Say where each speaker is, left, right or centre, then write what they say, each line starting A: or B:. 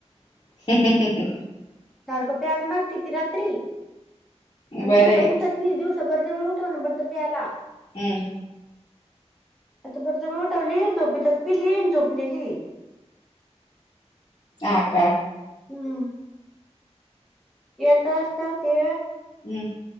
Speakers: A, on the left (about 45°); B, in the centre.
A: <unintelligible>
B: सारखं प्याल मागती ती रात्री आणि
A: बरं
B: दिवसा
A: आहे
B: उठत नाही दिवस. बरजबरी उठवून बरं प्यायला
A: हम्म
B: आता बरजबरी उठवली झोपतच पिली आणि झोपलेली.
A: आ का?
B: हम्म येता असता ते
A: हम्